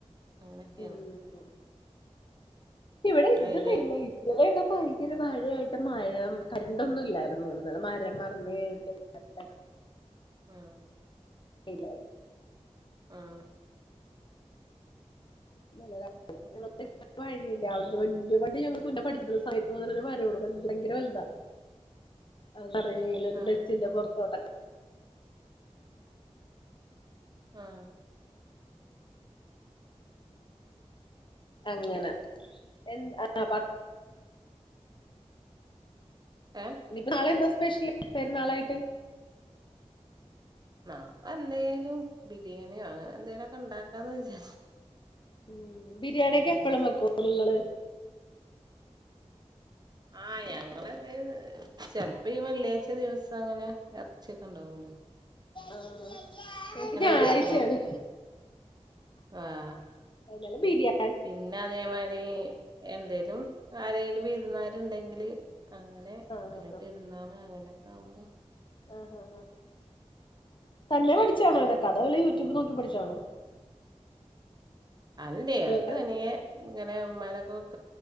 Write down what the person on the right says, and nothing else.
അങ്ങനെയൊക്കെയാണ്
അയില്
ആഹ
ആഹ്
ഒ
ആഹ്
ആഹ്
ഉം
ഏഹ്
ന എന്തേലും ബിരിയാണിയോ അങ്ങനെ എന്തെലോക്കെ ഉണ്ടാക്കാന്ന് വിജാരിച്ച്
ആഹ് ഞങ്ങളെന്ത ചെലപ്പോ ഈ വെള്ളിയാഴ്ച ദിവസം അങ്ങനെ ഇറച്ചിയൊക്കെ ഉണ്ടാവുമല്ലോ
വെക്കും ആഹ്
പിന്നെ അതേമാരി എന്തേലും ആരേലും വിര്ന്നാര് ഇണ്ടെങ്ക്ല് അങ്ങനെ
പിന്നെ പെരുന്നാള് അങ്ങനെക്കെ ആകുമ്പം
ഉം.
അത് ഇണ്ടേ
അത്
തനിയെ ഇങ്ങനെ ഉമ്മതോക്കൊ